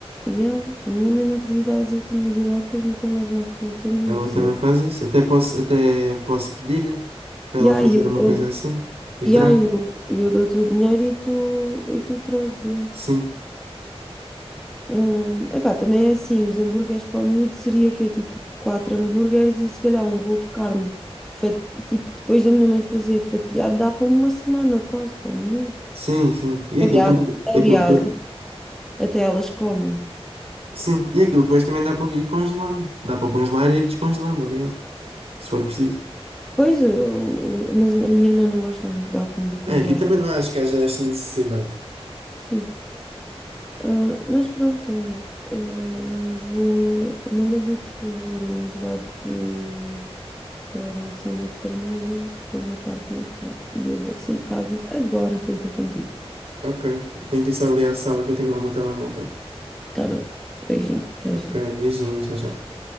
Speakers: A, in the centre; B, on the right.
A: E ah, a minha mãe no outro dia estava a dizer que tinha de ir lá, depois nunca mais lá fui, tenho de
B: Ela
A: lhe dizer.
B: também faz isso. Até posso, até posso pedir-lhe para ela
A: Yeah,
B: fazer
A: E aí eu,
B: uma
A: eu-
B: coisa assim e trago.
A: yeah, e aí eu, eu dou-te o dinheiro e tu, e tu trazes, yeah.
B: Sim.
A: Hum, epá, também é assim, os hambúrgueres para o miúdo seria que tipo quatro hambúrgueres e se calhar um rolo de carne, fa- tipo depois da minha mãe fazer fatiado, dá para uma semana quase para o miúdo.
B: Sim, sim. E aquilo
A: Aliás,
B: também.
A: aliás,
B: Aquilo depois,
A: até elas comem.
B: sim, e aquilo depois também dá para ir congelando. Dá para congelar e ir descongelando, aliás, se for preciso.
A: Pois, eu- mas a minha irmã não gosta muito da comida congelada.
B: É, e também não acho que haja esta necessidade.
A: Sim. Ah, mas pronto, olha. ah, vou. Manda vir, por favor, um gelado de. Quero sundae de caramelo com uma tarte de maçã. E eu vou sair de casa agora para ir ter contigo.
B: Ok, tenho que ir só ali à sala que eu tenho lá o meu telemóvel.
A: Tá bem. Beijinho, até
B: Ok,
A: já.
B: beijinhos, tchau, tchau.